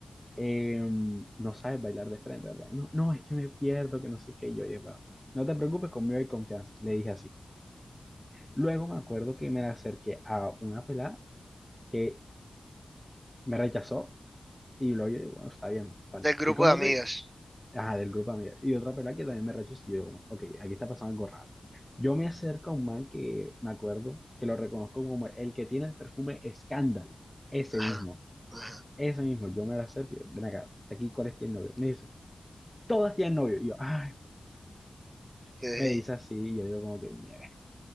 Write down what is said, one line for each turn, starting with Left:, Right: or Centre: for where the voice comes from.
Centre: em, no sabes bailar de frente, ¿verdad? No, no, es que me pierdo, que no sé qué. Y yo dije, "Bueno, no te preocupes, conmigo hay confianza. Le dije así. Luego me acuerdo que me acerqué a una pelada que me rechazó y luego yo digo, bueno, está bien, tal.
Right: del grupo
Centre: Fui con
Right: de
Centre: otra,
Right: amigas.
Centre: y- ajá, del grupo de amigas, y otra pelada que también me rechazó y yo digo, bueno, ok, aquí está pasando algo raro. Yo me acerco a un man que me acuerdo que lo reconozco como el que tiene el perfume Scandal, ese
Right: Ajá,
Centre: mismo,
Right: ajá.
Centre: ese mismo. Yo me acerco y yo, ven acá, aquí, ¿cuál es el novio? Me dice, todas tienen novio. Y yo, ay,
Right: Okay,
Centre: me dice así y yo digo como que, mierda.